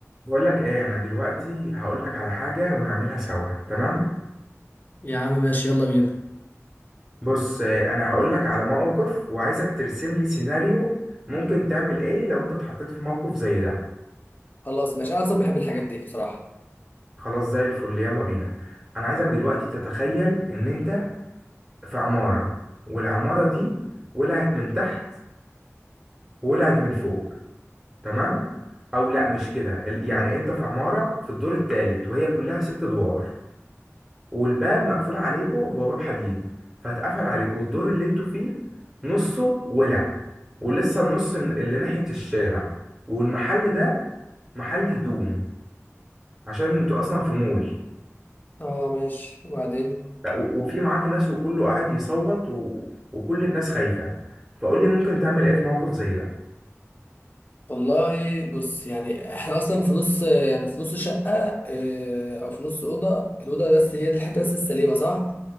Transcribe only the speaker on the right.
بقول لك ايه انا دلوقتي هقول لك على حاجه ونعملها سوا تمام
بص آه، انا هقول لك على موقف وعايزك ترسم لي سيناريو ممكن تعمل ايه لو انت اتحطيت في موقف زي ده
خلاص زي الفل يلا بينا انا عايزك دلوقتي تتخيل ان انت في عماره والعماره دي ولعت من تحت وولعت من فوق تمام او لا مش كده ال- يعني انت في عماره في الدور الثالث وهي كلها ست ادوار والباب مقفول عليكم هو باب حديد فاتقفل عليكم والدور اللي انتوا فيه نصه ولع ولسه النص اللي ناحية الشارع والمحل ده محل هدوم عشان انتوا اصلا في مول
ف- وفي معاك ناس وكله قاعد يصوت و... وكل الناس خايفة فقول لي ممكن تعمل ايه في موقف زي ده